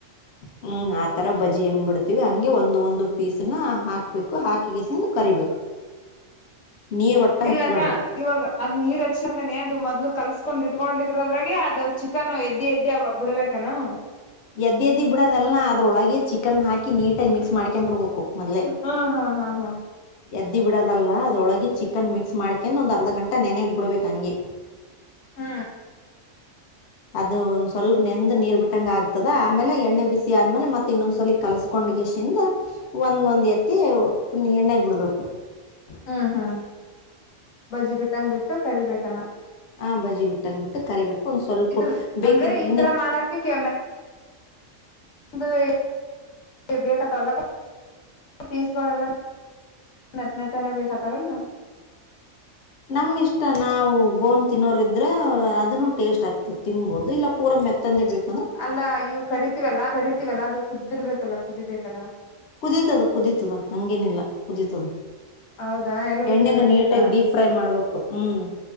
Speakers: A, on the left; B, on the left.
A: ಹ್ಮ್ ಹಾತ್ ತರ ಬಜಿ ಹೆಂಗ್ ಬಿಡ್ತವಿ ಹಂಗೆ ಒಂದ ಒಂದು ಪೀಸ್ನ ಹಾಕ್ಬೇಕು ಹಾಕಿಗೆಸಿಂದ ಕರಿಬೇಕು. ನೀರ್ ಒಟ್ಟ
B: ಇಲ್ಲಕ್ಕ
A: ಹಚ್ಬಾರ್ದು
B: ಇವಾಗ ಅದ ನೀರ್ ಹಚ್ಚಾರದನೆ ಅದು ಮೊದ್ಲು ಕಲ್ಸ್ಕಡಿ ಇಟ್ಕೊಂಡಿದರು ಅದ್ರಾಗ ಅದು ಚಿಕನ್ ಎದ್ದಿ ಎದ್ದ ಬಿಡ್ಬೇಕನು
A: ಎದ್ದ ಎದಿ ಬಿುಡ ಅದ್ರೊಳಗೆ ಚಿಕನ್ ಹಾಕಿ ನೀಟಾಗಿ ಮಿಕ್ಸ್ ಮಾಡ್ಕೊ ಬಿಡ್ಬೇಕು ಮೊದ್ಲೆೇ
B: ಹ ಹಾ ಹಾ ಹಾ
A: ಎದ್ದಿ ಬಿಡೋದಲ್ಲ ಅದೊಳಗೆ ಚಿಕನ್ ಮಿಕ್ಸ್ ಮಾಡ್ಕಂಡ ಒಂದು ಅರ್ಧ ಗಂಟೆ ನೆನೆಗ್ ಬಿಡ್ಬೇಕು ಹಂಗೆ
B: ಹ್ಮ
A: ಅದು ಒಂದ್ ಸ್ವಲ್ಪ ನೆಂದ ನೀರ್ ಬಿಟ್ಟಂಗ ಆಗ್ತದ ಆಮೇಲೆ ಎಣ್ಣೆ ಬಿಸಿ ಆದ್ಮೇಲೆ ಮತ್ತತ್ ಇನ್ನೊಂದ್ಸಲಲಿ ಕಲ್ಸಕೊಂಡ್ಸಿಂದ ಒಂದ್ ಒಂದ್ ಎತ್ತಿ ಪು ಎಣ್ಣೆ ಬಿಡ್ಬೇಕು
B: ಹ್ಮ್ ಹ್ಮ್ ಬಜ್ಜಿ ಬಿಟ್ಟಂಗ ಬಿಟ್ಟು ಕರಿಬೇಕಾನ
A: ಹಾ ಬಜಿ ಬಿಟ್ಟಂಗ್ಬಿಟ್ಟು ಕರಿಬೇಕು ಒಂದ್ ಸ್ವಲ್ಪ
B: ಇದು
A: ಬೇಕಿದ್ದ
B: ಅಂದ್ರೆ ಈ ತರ ಮಾಡಕ ಒಂದು ಬೇಕತ್ತಲ್ಲ ಪೀಸ್ಗಳೆಲ್ಲ ಮೆತ್ತ ಮೆತ್ತನ ಬೇಕತ್ತಾವಲ್
A: ನಮ್ಮ್ ಇಷ್ಟ ನಾವು ಬೋನ್ ತಿನ್ನೋರ್ ಇದ್ರ ಅದನ್ನು ಟೇಸ್ಟ್ ಆಗ್ತತಿ ತಿನ್ಬಹುದು ಇಲ್ಲ ಪೂರ ಮೆತ್ತಂದೇ ಬೇಕು
B: ಅಲ್ಲಾ ಈವು ಕರಿತೀವಲ್ಲ ಕರಿತೀವಲ್ಲ ಅದು ಕುದಿರ್ಬೇಕಲ್ಲ ಕುದಿಬೇಕಲ್ಲ
A: ಕುದೀತದ ಕುದೀತದ ಹಂಗೇನಿಲ್ಲ ಕುದೀತದ
B: ಹೌದಾ ಎಲ್ಲ ಬಿದ್ರ
A: ಎಣ್ಣೆೆಗೆ
B: ನಡೀತದಾ
A: ನೀಟಾಗಿ ಡೀಪ್ ಫ್ರೈ ಮಾಡ್ಬೇಕು ಹ್ಮ್